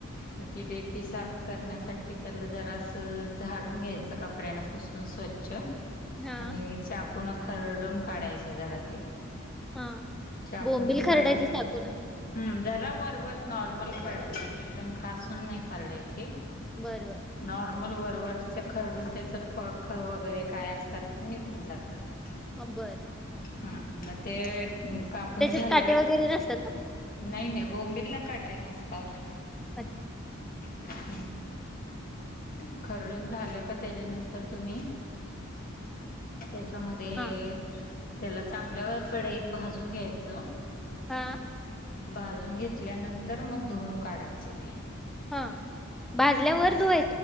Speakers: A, on the left (about 45°); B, in the centre.
A: मग ती रेती साप करण्यासाठी त्याला जरा असं झाडून घ्यायचं कापड्याना पुसून स्वच्छ आणि
B: हा
A: चाकूनं खरडून काढायचे जरा ते
B: हा
A: चाकूने
B: बोंबिल खरडायचे
A: खरडून
B: चाकून
A: हम्म जरा वर नॉर्मल खरडायच एकदम घासून नाही खरडची
B: बर बर
A: नॉर्मल वरवर खरडून त्याचं पंख वगैरे काय असतात ते निघून जातात
B: हा बर
A: हा मग ते कापून
B: त्याच्यात
A: झालं
B: काटे वगैरे नसतात ना
A: नाही नाही बोंबिलला काठे नसतात
B: अच्छा
A: हम् ते खरडून झालं का त्याच्यानंतर तुम्ही. त्याच्यामध्ये
B: हा
A: त्याला चांगल्या कढाईत भाजून घ्यायचं.
B: हा.
A: बाजून घेतल्यानंतर मग धूम काढायचे ते.
B: हा भाजल्यावरर
A: भाज
B: धु.